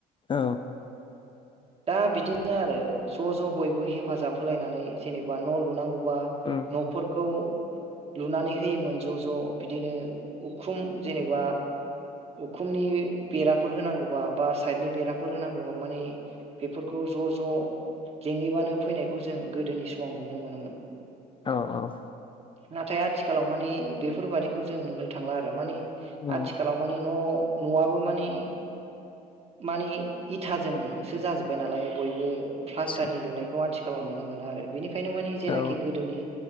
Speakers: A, on the left; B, on the right.
A: औ।
B: दा बिदिनो आरो ज' ज' बयबो हेफाजाब होलायनानै जेनेबा न' लुनांगौ। बा
A: उम
B: न'फोरखौ लुनानै होयोमोन ज' ज' बिदिनो उखुम जेनेबा उखुमनि बेराफोर होनांगौबा बा साइदनि बेराफोर होनांगौबा माने बेफोरखौ ज' ज' जेहैबानो फैनायखौ जों गोदोनि समाव नुनो मोनोमोन।
A: औ औ।
B: नाथाय आथिखालाव माने बेफोरबादिखौ जों नुनो थांला आरो माने
A: उम
B: आथिखालाव माने न' न'आबो माने माने इथाजोंसो जाजोब्बाय नालाय बयबो प्लास्टारनि
A: आदसा
B: लुनायखौ आथिखाल खालामाव नुनो मोनो आरो बेनिखायनो माने जेनाखि
A: औ
B: गोदोनि